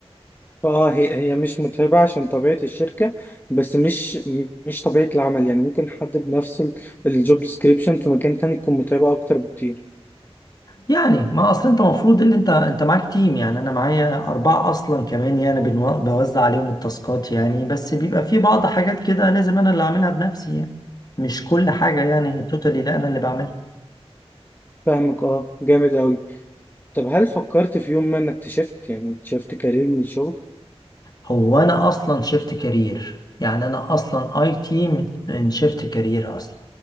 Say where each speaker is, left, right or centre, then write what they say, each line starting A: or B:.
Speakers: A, on the left (about 20°); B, on the left (about 40°).
A: اه هي هي مش متعبة عشان طبيعة الشركة بس مش مش طبيعة العمل يعني ممكن حد بنفس الجوب ديسكريبشن في مكان تاني تكون متعبة أكتر بكتير
B: يعني ما اصل انت المفروض اللي انت انت معاك تيم يعني انا معايا اربعة اصلا كمان يعني بنو- بوزع عليهم التاسكات يعني بس بيبقى في بعض حاجات كده لازم انا اللي اعملها بنفسي يعني مش كل حاجة يعني توتالي لا انا اللي بعملها
A: فاهمك اه جامد أوي طب هل فكرت في يوم ما إنك تشفت يعني تشفت كارير من الشغل؟
B: هو انا اصلا شفت كارير يعني انا اصلا اي تي من من شفت كارير اصلا